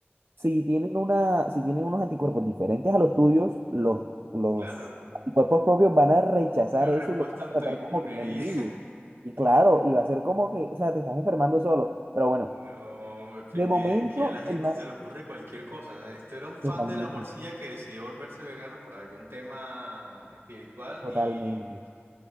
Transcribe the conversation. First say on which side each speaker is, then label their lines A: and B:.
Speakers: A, on the right (about 60°); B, on the right (about 85°).
A: si tienen una, si tienen unos anticuerpos diferentes a los tuyos, los, los
B: claro.
A: anticuerpos propios van a rechazar
B: Una
A: eso
B: respuesta
A: y lo van
B: autoinmune
A: a tratar como que el
B: ahí.
A: enemigo. Y claro, y va a ser como que, o sea, te estás enfermando solo. Pero bueno,
B: No, me expliqué
A: de momento,
B: que, que a la gente
A: el más...
B: se le ocurre cualquier cosa. O sea, esto era un fan
A: Totalmente,
B: de la morcilla que decidió volverse vegano por algún tema espiritual
A: totalmente.
B: y,